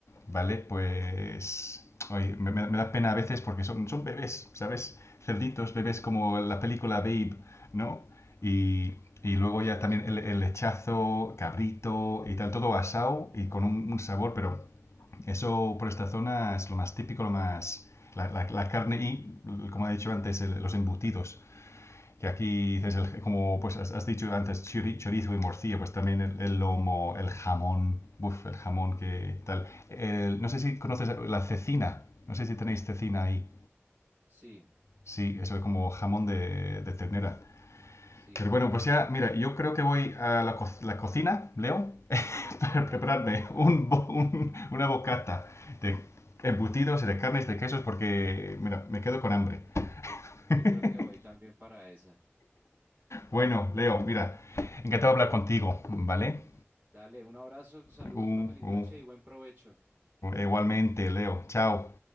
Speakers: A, on the left (about 90°); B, on the right (about 40°).
A: ¿vale? Pues oye, me, me- da pena a veces porque son, son bebés, ¿sabes? Cerditos, bebés como la película Babe, ¿no? Y, y
B: Mm,
A: luego
B: sí,
A: ya también el, el lechazo, cabrito y tal, todo asado y con un, un sabor, pero eso por esta zona es lo más típico, lo más... La, la- la carne y, como he dicho antes, el- los embutidos que aquí dices, el- como pues has dicho antes, chorizo y morcilla, pues también el, el lomo, el jamón, uf, el jamón que tal. El- no sé si conoces la cecina, no sé si tenéis cecina ahí.
B: sí,
A: Sí, eso es como jamón de, de ternera.
B: sí.
A: Pero bueno, pues ya, mira, yo creo que voy a la, co- la cocina, Leo, <laughs> para
B: <laughs>
A: prepararme
B: Ah, claro.
A: un, bo- un- una bocata de embutidos y de carnes, de quesos, porque, mira, me quedo con hambre. <laughs>
B: Yo creo que voy también para esa.
A: Bueno, Leo, mira, encantado de hablar contigo, ¿vale?
B: Dale, un abrazo, saludos,
A: Uh,
B: una feliz
A: uh,
B: noche y buen provecho.
A: igualmente, Leo, chao.